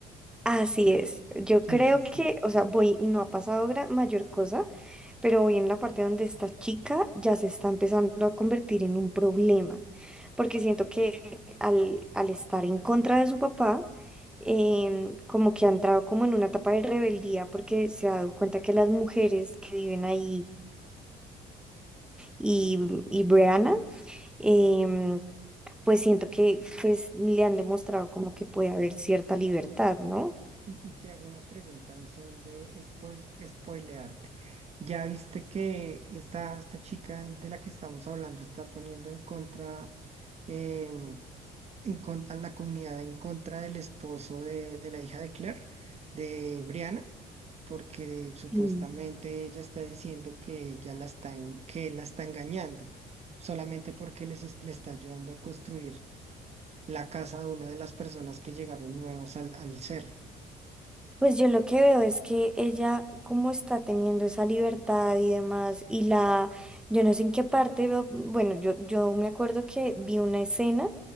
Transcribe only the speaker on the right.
Sí,
sí, sí.
Y, y te hago una pregunta en son de spo- spoilearte. ¿Ya viste que esta, esta chica de la que estamos hablando está poniendo en contra, em, en contra la comunidad en contra del esposo de, de la hija de Claire, de Brianna? Porque supuestamente
ella está diciendo que ella la está en- que él la está engañando, solamente porque les es- le está ayudando a construir la casa de una de las personas que llegaron nuevas al, al cerro.